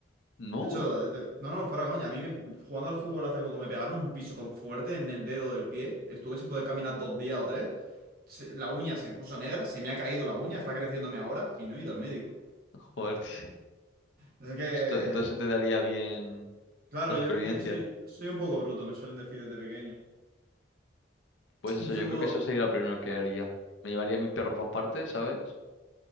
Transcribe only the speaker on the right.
De hecho, eh, te- no, no, fuera coña. A mí me- jugando al fútbol hace poco me pegaron un piso tan fuerte en el dedo del pie. Estuve sin poder caminar dos días o tres. Se- la uña se me puso negra, se me ha caído la uña, está creciéndome ahora y no he ido al médico.
Es que,
claro,
yo, yo es que soy, soy un poco bruto, me suelen decir desde pequeño.
De hecho,
hubo,